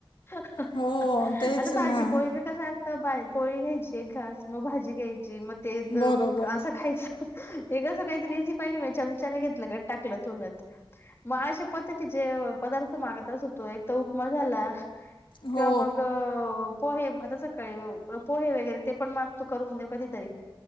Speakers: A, on the left; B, on the left.
A: हा हा.
B: हो
A: हाह हाह
B: तेच
A: आता भाजी
B: ना
A: पोळीच कस बा पोळी घ्यायची एक घास मग भाजी घ्यायची मग ते
B: बरोबर
A: असं खायचं. हे कस काहीतरी इझी पाहिले मा चमचा नाही घेतलं ग टाकलं तोंडांत. मग अशा पद्धतीचे पदार्थ मागतच होतो एक तर उपमा झाला
B: हो
A: किंवा मग पोहे आता सकाळी पोहे वगैरे ते पण मागतो करून दे कधीतरी